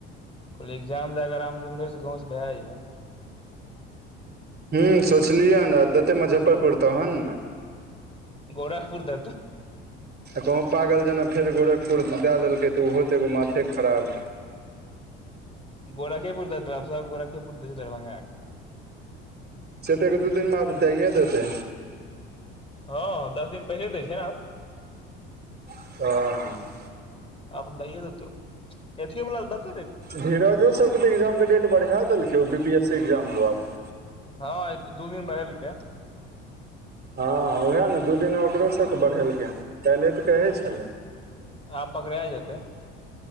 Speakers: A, on the left (about 20°); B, on the right (about 30°).
A: कहल एग्जाम दए के आराम से उम्हरे से गांव से भए जेय हें।
B: ह सोचलियै ने देते मुजफ्फरपुर तहन ने।
A: गोरखपुर द तऽ।
B: कह पागल जेना फेर गोरखपुर दए देलकै तऽ ओहो तऽ एगो माथे खराब।
A: गोड़ाके पुर दे तऽब सब गोड़ेपुर देै छै दरभंग एक
B: से ते दू दिनमे आ दइए देतै।
A: हँ दस दिन पहिले दै छै ने आब?
B: <inaudible>
A: आब दैये दतौ यथियो बला दत।
B: धीरजो सबके तऽ एग्जामके डेट बढ़ा देलकै ओ B P S C exam दुआरे।
A: हँ अथी दू दिन बढेलकै।
B: हँ ओएह ने दू दिना ओकरो सबके बढ़ेलकै हँ, काल्हे तऽ कहै छलै।
A: आब पकड़ए जेतै